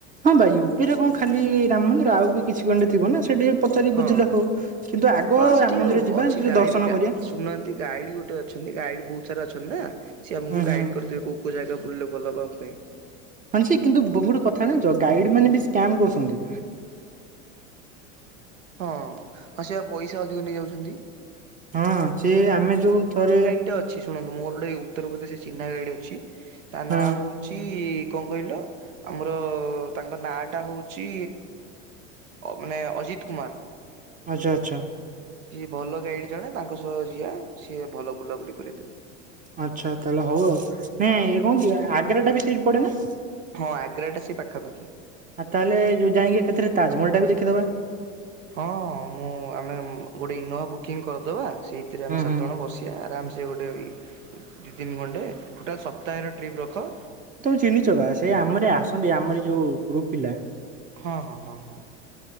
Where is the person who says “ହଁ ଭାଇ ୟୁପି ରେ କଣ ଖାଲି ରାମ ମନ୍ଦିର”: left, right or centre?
Right